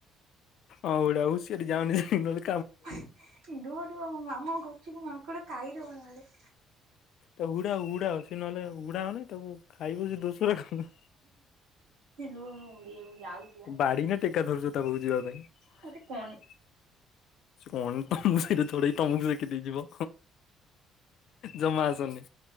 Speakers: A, on the left; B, on the right.
A: ଆଁ ଏଟା ହୁସିଆରି ଯାଅନି <unintelligible> ନଲେ।
B: <unintelligible> ରୁଅ ରୁଅ ମୋ ମାମାଙ୍କ ଗଛକୁ ମାଙ୍କଡ ଖାଇଦବ ନଏଲେ।
A: ତାଉ ଉଡା ଉଡା ସେ ନଲେ ଉଡା ଅନେ। ତାକୁ ଖାଇବୁ ସେ ଦୋଷରା କଣ?
B: ରୁହ ମୁଁ ଉଡେଇବାକୁ ଯାଉଛି ବା
A: ବାଡି ନା ଟେକା ଧରୁଚ଼ ତା ପାଖକୁ ଯିବା ପାଇଁ?
B: ଗୋଟେ କଣ
A: ସେ କନ ତମକୁ ସେଇଥିରେ ଥୋଡେଇ ତମକୁ ସେକି ଦେଇଯିବ। ଜମା ଆସନି।